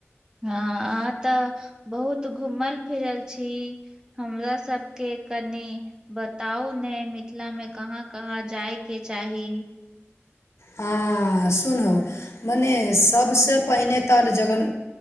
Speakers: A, on the right; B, on the left.
A: हँ आहाँ तऽ बहुत घूमल फिरल छी हमरा सबके कनि बताउ ने मिथिला में कहाँ कहाँ जाय के चाही
B: हँ सुनहो मने सभसँ पहिने तऽ जगन